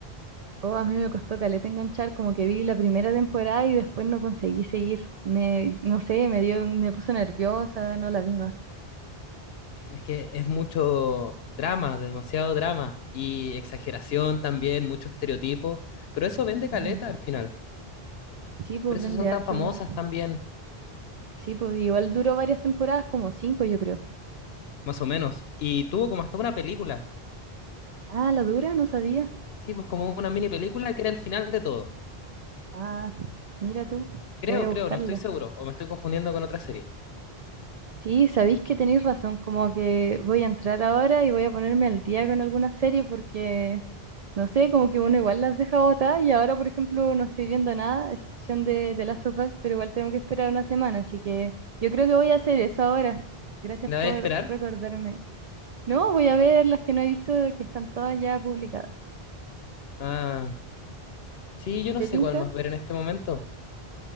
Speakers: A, on the right (about 50°); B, on the left (about 75°).
A: Oh, a mí me costó caleta enganchar, como que vi la primera temporada y después no conseguí seguir. Me, no sé, me dio, me puso nerviosa, no la vi más.
B: Es que es mucho drama, demasiado drama. Y exageración también, mucho estereotipo. Pero eso vende
A: Ujú.
B: caleta al final.
A: Sí, pues
B: Por eso
A: vende
B: son tan
A: arte
B: famosas
A: igual.
B: también,
A: Sí, pues igual duró varias temporadas, como cinco, yo creo.
B: más o menos. Y tuvo como hasta una película.
A: Ah, la dura, no sabía.
B: Sí, pues como una mini película que era el final de todo.
A: Ah, mira tú,
B: Creo,
A: voy a buscarla.
B: creo, no estoy seguro. O me estoy confundiendo con otra serie.
A: Sí, sabéis que tenéis razón, como que voy a entrar ahora y voy a ponerme al día con alguna serie porque, no sé, como que uno igual las deja botadas y ahora, por ejemplo, no estoy viendo nada, a excepción de, de las sofás, pero igual tengo que esperar una semana, así que yo creo que voy a hacer eso ahora. Gracias
B: ¿La
A: por
B: voy a esperar?
A: recordarme. No, voy a ver las que no he visto que están todas ya publicadas.
B: Ah, sí, yo no
A: ¿Te
B: sé
A: tinca?
B: cuál más ver en este momento,